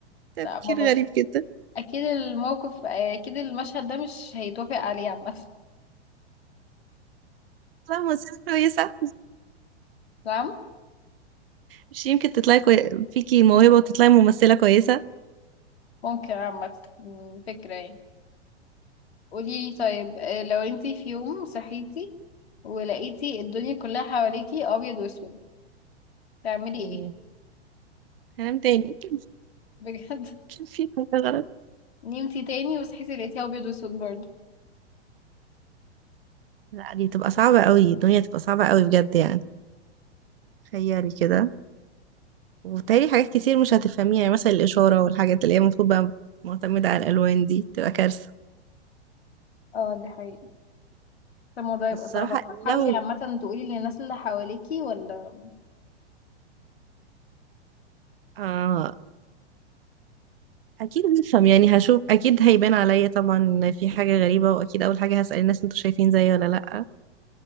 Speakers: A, on the right; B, on the left.
A: تفكير
B: لا ما هو
A: غريب جدا
B: اكيد الموقف اكيد المشهد ده مش هيتوافق عليه عامة
A: لا ممثلة كويسة
B: نعم
A: مش يمكن تطلعي كوي... فيكي موهبة وتطلعي ممثلة كويسة
B: ممكن عامة مم، فكرة يعني قوليلي طيب آه، لو انتي في يوم صحيتي ولقيتي الدنيا كلها حواليكي ابيض واسود تعملي
A: ايوه
B: ايه
A: هنام تاني <laughs>
B: بجد <laughs>
A: كان في حاجة غلط
B: نمتي تاني وصحيتي لقيتيها ابيض واسود برضه
A: لا دي تبقى صعبة قوي الدنيا تبقى صعبة قوي بجد يعني تخيلي كده وبالتالي حاجات كتير مش هتفهميها يعني مثلا الإشارة والحاجات اللي هي المفروض بقى معتمدة على الألوان دي تبقى كارثة
B: اه دي حقيقة طب الموضوع يبقى
A: بس الصراحة
B: صعب أوي. هتحاولي
A: لو
B: عامة تقولي للناس اللي حواليكي ولا
A: آه أكيد هفهم يعني هشوف أكيد هيبان عليا طبعا إن في حاجة غريبة وأكيد أول حاجة هسأل الناس أنتوا شايفين زيي ولا لأ